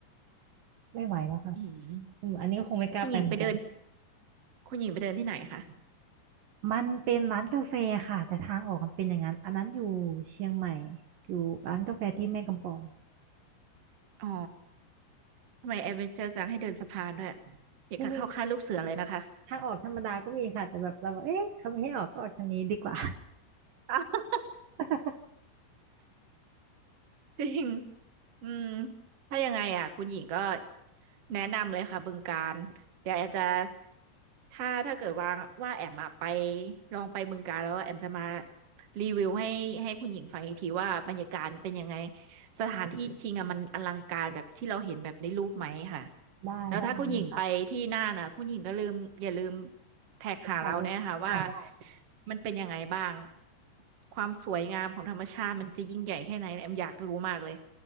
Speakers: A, on the right; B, on the right.
A: ไม่ไหวแล้วค่ะ
B: อืม
A: อืมอันนี้ก็คงไม่กล้าไปเหมือนกัน
B: คุณหญิงไปเดินคุณหญิงไปเดินที่ไหนคะ
A: มันเป็นร้านกาแฟค่ะแต่ทางออกมันเป็นอย่างนั้นอันนั้นอยู่เชียงใหม่อยู่ร้านกาแฟที่แม่กำปอง
B: อ๋อทำไมแอดเวนเจอร์จังให้เดินสะพานด้วยอยากจะเข้าค่ายลูกเสือเลยนะคะ
A: นี่นึงทางออกธรรมดาก็มีค่ะแต่แบบเราบอกเอ๊ะเขาไม่ให้ออกก็ออกทางนี้ดีกว่า
B: อ้าว
A: <laughs>
B: จริงอืมถ้ายังไงอ่ะคุณหญิงก็แนะนำเลยค่ะบึงกาฬเดี๋ยวแอมจะถ้าถ้าเกิดว่าว่าแอมอะไปลองไปบึงกาฬแล้วแอมจะมารีวิวให้ให้คุณหญิงฟังอีกทีว่าบรรยากาศเป็นยังไง สถานที่จริงอ่ะมันอลังการแบบที่เราเห็นแบบในรูปไหมค่ะ
A: ได้ได้ค่ะ
B: แล้วถ้าคุณหญิงไปที่น่านอ่ะคุณหญิงก็ลืมอย่าลืมแท็กหาเราเนี่ยค่ะว่า
A: ถ่ายรูปอ่าได้
B: มันเป็นยังไงบ้างความสวยงามของธรรมชาติมันจะยิ่งใหญ่แค่ไหนแอมอยากรู้มากเลย